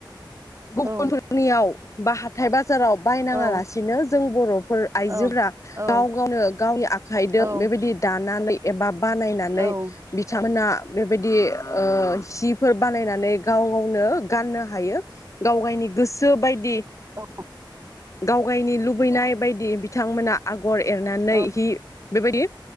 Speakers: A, on the left (about 40°); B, on the right (about 35°).
A: गुबुनफोरनियाव
B: औ
A: बा हाथाय बाज बाजाराव बायनाङा
B: औ
A: लासिनो जों बर'फोर आइजोफोरा
B: औ औ
A: गाव गावनो गावनि आखाइजों
B: औ
A: बेबायदि दानानै, एबा बानायनानै
B: औ
A: बिथांमोना, बेबायदि ओ जिफोर बानायनानै गाव गावनो गाननो हायो गाव गावनि गोसो बायदि
B: औ
A: गावगायनि लुबैनाय बायदि बिथांमोना आग आगर एरनानै
B: औ
A: हि बेबायदि